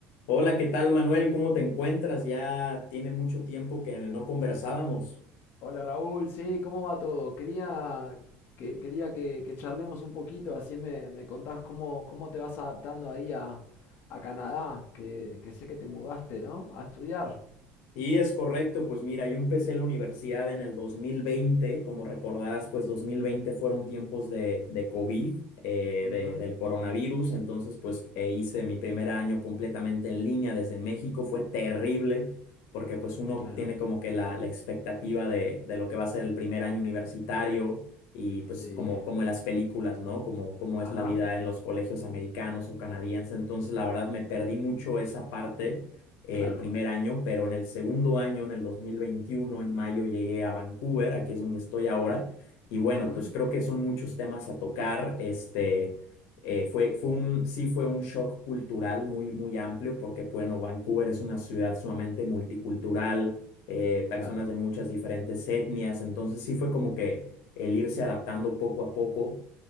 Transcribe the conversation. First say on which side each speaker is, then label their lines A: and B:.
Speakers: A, on the left; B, on the left.
A: Hola, ¿qué tal, Manuel? ¿Cómo te encuentras? Ya tiene mucho tiempo que no conversábamos.
B: Hola Raúl, sí, ¿cómo va todo? Quería que, quería que, que charlemos un poquito, así me, me contás cómo, cómo te vas adaptando ahí a, a Canadá, que, que sé que te mudaste, ¿no? A estudiar.
A: Sí, es correcto. Pues mira, yo empecé la universidad en el dos mil veinte, Como recordarás, pues 2020 fueron tiempos de, de COVID, eh,
B: Ujú,
A: de- del coronavirus. Entonces, pues eh, hice mi primer año completamente en línea desde México. Fue terrible porque pues uno
B: Claro.
A: tiene como que la, la expectativa de, de lo que va a ser el primer año universitario y pues
B: Sí.
A: como, como en las películas, ¿no? Como, como
B: Ajá.
A: es la vida en los colegios americanos o canadienses. Entonces, la verdad, me perdí mucho esa parte el
B: Claro.
A: primer año, pero en el segundo año, en el 2021, en mayo, llegué a Vancouver, aquí es donde estoy ahora, y bueno,
B: Ujú,
A: pues creo que son muchos temas a tocar, este, eh, fue, fue un, sí fue un shock cultural muy, muy amplio, porque bueno, Vancouver es una ciudad sumamente multicultural, eh, personas
B: Claro.
A: de muchas diferentes etnias, entonces sí fue como que el irse adaptando poco a poco.